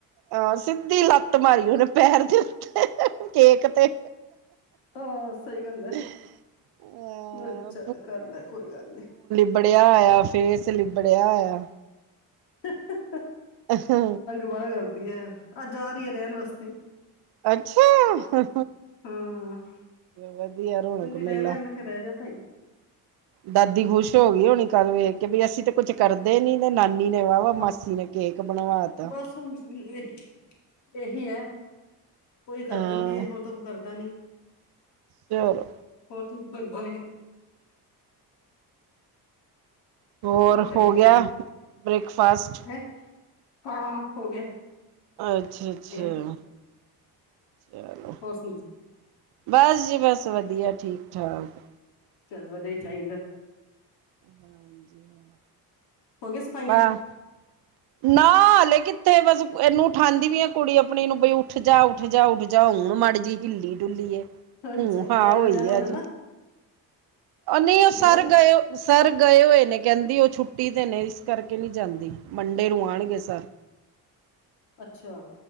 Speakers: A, on the right (about 70°); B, on the left (about 85°).
A: ਅਹ ਸਿੱਧੀ ਲੱਤ ਮਾਰੀ ਉਹਨੇ ਪੈਰ ਦੇ ਉੱਤੇ। ਕਿਤੇ।
B: ਹਾਂ ਸਹੀ ਗੱਲ ਹੈ।
A: ਅ
B: ਮੈਂ ਕਿਹਾ ਚੱਲ ਕਰ ਲੈ ਕੋਈ ਗੱਲ ਨੀ।
A: ਬੜਿਆ ਆਇਆ ਫੇਸ ਲਿਬੜਿਆ ਆਇਆ।
B: ਹ ਹ ਹ।
A: ਅ ਹਾਂ।
B: ਕਰਦੀ ਹੈ। ਅੱਜ ਆ ਰਹੀ ਹੈ ਰਹਿਣ ਵਾਸਤੇ।
A: ਅੱਛਾ
B: ਹਾਂ
A: ਵਧੀਆ ਰੌਣਕ
B: ਕਹਿੰਦੀ ਰਹਿਣਾ
A: ਮੇਲਾ।
B: ਮੈਂ ਕਿਹਾ ਰਹਿ ਜਾ ਭਾਈ।
A: ਦਾਦੀ ਖੁਸ਼ ਹੋ ਗਈ ਹੋਣੀ ਕੱਲ ਵੇਖ ਕਿ ਵੀ ਅਸੀਂ ਤਾਂ ਕੁੱਛ ਕਰਦੇ। ਕਰਦੇ ਨਹੀ ਤੇ ਨਾਨੀ ਨੇ ਵਾਵਾ
B: ਹਾਂ।
A: ਮਾਸੀ ਨੇ ਕੇਕ ਬਣਵਾ ਤਾ।
B: ਬਸ ਹੁਣ ਇਹੀ ਹੈ। ਉਹੀ ਕਰ
A: ਹਾਂ
B: ਦਿੰਦੀ ਹੈ। ਹੋਰ ਤਾਂ ਕੋਈ ਕਰਦਾ ਨੀ।
A: ਚਲੋ।
B: ਹੋਰ ਕੋਈ ਕੁਛ ਕਰਦਾ ਨਹੀਂ।
A: ਹੋਰ
B: ਕੀ ਕਰੀਏ
A: ਹੋ
B: ਫਿਰ
A: ਗਿਆ
B: ਹੁਣ
A: ਬ੍ਰੇਕਫਾਸਟ।
B: ਹੈਂ ਹਾਂ ਹੋ ਗਿਆ।
A: ਅੱਛਾ ਅੱਛਾ
B: ਕੀ ਐ,
A: ਚਲੋ
B: ਹੋਰ ਸੁ <unintelligible>
A: ਬਸ ਜੀ ਬਸ ਵਧੀਆ, ਠੀਕ-ਠਾਕ।
B: ਚਲ ਵਧੀਆ ਈ ਚਾਂਹੀਦਾ।
A: ਹਾਂਜੀ, ਹਾਂ।
B: ਹੋ ਗਈ ਸਫਾਈਆਂ
A: ਵਾਹ। ਨਾ ਹਾਲੇ ਕਿੱਥੇ ਬਸ ਇਹਨੂੰ ਉਠਾਂਦੀ ਪਈ ਆ ਕੁੜੀ ਆਪਣੀ ਨੂੰ, ਬਈ ਉੱਠ ਜਾਹ। ਉੱਠ ਜਾ-ਉੱਠ ਜਾ ਹੁਣ ਮਾੜੀ ਜੀ ਹਿੱਲੀ ਡੁੱਲੀ ਏ,
B: ਅੱਛਾ
A: ਹੂੰ ਹਾਂ
B: ਗਿਆਰਾਂ
A: ਹੋਈ
B: ਵਜੇ ਜਾਣਾ ਹੋਣਾ
A: ਅਜੇ।
B: ਨਾ
A: ਨਹੀਂ ਉਹ ਸਰ
B: ਗਿਆਰਾਂ
A: ਗਏ, ਸਰ ਗਏ ਹੋਏ ਨੇ ਕਹਿੰਦੀ ਉਹ ਛੁੱਟੀ ਤੇ ਨੇ, ਇਸ ਕਰਕੇ ਨਹੀ ਜਾਂਦੀ। ਮੰੰਡੇ ਨੂੰ ਆਣਗੇ ਸਰ।
B: ਅੱਛਿਆ।